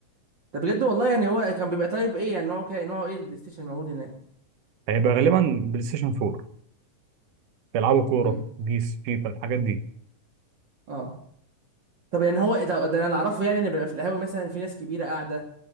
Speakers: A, on the right; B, on the right.
A: ده بجد والله يعني هو كان بيبقى طيب ايه يعني نوعه كده نوعه ايه البلاي ستيشن الموجود هناك
B: هيبقى غالبا بلاي ستيشن 4 بيلعبوا كورة
A: امم
B: بيس فيفا الحاجات دي
A: اه طب يعني هو إيه، طب ده انا اللي اعرفه يعني ان بيبقى في القهاوي مثلا في ناس كبيره قاعده